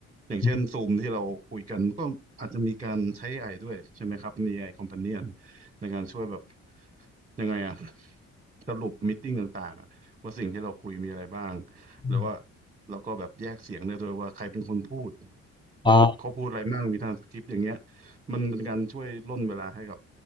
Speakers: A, on the right; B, on the left.
A: อย่างเช่นซูมที่เราคุยกันก็อาจจะมีการใช้
B: <laughs> อ
A: AI ด้วยใช่ไหมครับมี AI Companion ในการช่วยแบบยังไงอ่ะสรุปมีตติ้งต่างๆอะว่าสิ่งที่เราคุยมีอะไรบ้าง
B: ืม
A: แล้วว่าเราก็แบบแยกเสียงได้ด้วยว่าใครเป็นคนพูด
B: อ่า
A: แล้วเขาพูดอะไรบ้างมีทรางสคริปต์อย่างเงี้ย มันเป็นการช่วยร่นเวลาให้กับ